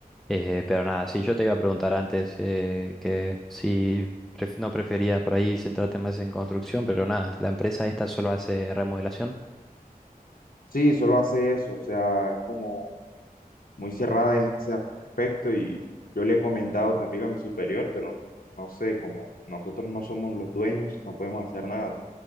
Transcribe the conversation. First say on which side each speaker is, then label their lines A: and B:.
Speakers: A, in the centre; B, on the left (about 70°).
A: Eh, pero nada, si yo te iba a preguntar antes eh, que si pref- no preferías por ahí centrarte más en construcción, pero nada, la empresa esta solo hace remodelación.
B: Sí, solo hace eso, o sea, es como muy cerrada en ese aspecto y yo le he comentado también a mi superior, pero no sé, como nosotros no somos los dueños, no podemos hacer nada.